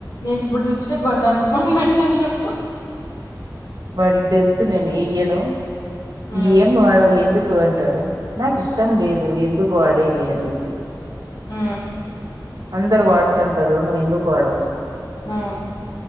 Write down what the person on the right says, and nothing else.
వాడికీ తెలుసు నిను ఎయ్యను
ఏం వాడవ్ ఎందుక్ కు అంటాడు నాకు ఇష్టం లేదు ఎందుకు ఆడేది అని చెప్పడు
అందరు వాడతంటారు నువ్వు ఎందుకు వాడవు